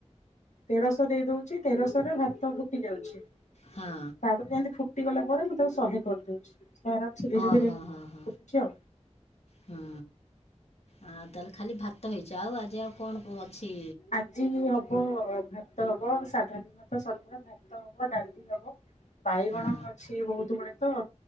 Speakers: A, on the left; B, on the left.
A: ତେରଶହ ଦେଇ ଦେଇଦାଉଛି ତେରଶହରେ ଭାତ ଫୁଟି ଯାଉଛି।
B: ହଁ
A: ତାପରେ ଯେନ୍ତି ଫୁ ଫୁଟିଗଲା ପରେ ମୁଁ ତାକୁ ସହେ କରିଦଉଛି। ସେ ଆରାମସେ ଧୀରେ
B: ହଁ
A: ଧୀରେ
B: ହଁ ହ ହ
A: ଫୁଟୁଛି ଆଉ।
B: ହୁଁ। ଆ ତାହେଲେ ଖାଲି ଭା ହେଇଛ ଆଉ ଆଜି ଆଉ କଣ ମୁଁ ଅଛି।
A: ଆଜି ହବ ଭାତ ହବ ସାଧା ଦିନ ତ ଶନିବ ଭାତ ହବ ଡାଲି ହବ। ବାଇଗଣ
B: ହଁ
A: ଅଛି ବହୁତ ଗୁଡେ। ତ